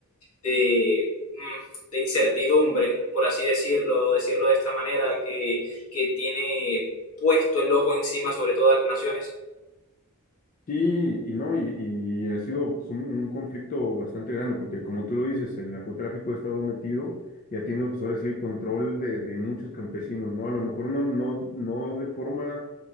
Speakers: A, on the left; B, on the left.
A: de, mm, de incertidumbre, por así decirlo, decirlo de esta manera, que, que tiene puesto el ojo encima sobre todas las naciones.
B: Sí, y no, y, y ha sido pues, un, un conflicto bastante grande, porque como tú lo dices, el narcotráfico ha estado metido y ha tenido, pues ahora sí, el control de, de muchos campesinos, ¿no? A lo mejor no, no, no de forma